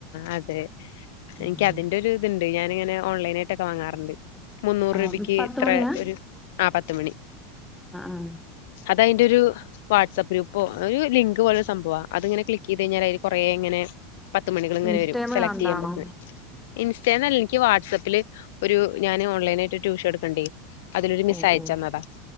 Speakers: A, on the left (about 65°); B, in the centre.
A: അതെ
B: ഉം
A: എനിക്ക് അതിന്റെ ഒരു ഇത്ണ്ട് ഞാനിങ്ങനെ ഓൺലൈനായിട്ട് <unintelligible> വാങ്ങാറ്ണ്ട് മുന്നൂറ്
B: ആഹ്
A: രൂപയ്ക്ക്
B: പത്ത്
A: ഇത്ര
B: മണിയാ
A: ഒരു ആ പത്തുമണി
B: ആഹ
A: ഇതയിന്റെരു വാട്സ്ആപ്പ് ഗ്രൂപ്പേ ഒര്ലിങ്ക് പോലെ സംഭവ അത്ങ്ങനെ ക്ലിക്ക് ചെയ്തഴിഞ്ഞാല് കൊറെ ഇങ്ങനെ പത്ത് മണികള്ങ്ങനെ
B: ഇൻസ്റ്റേന്ന്
A: വരും സെലക്ട്
B: കണ്ടാണോ
A: ചെയ്യാ <unintelligible> ഇൻസ്റ്റയിൽന്നല്ല എനിക്ക് വാട്സപ്പില് ഒരു ഞാന് ഓൺലൈനായിട്ട് ട്യൂഷൻ എടുക്ക്ണ്ടോ അതിലൊരു മിസ്സയച്ചന്നതാ
B: ഓഹ് ഓഹ്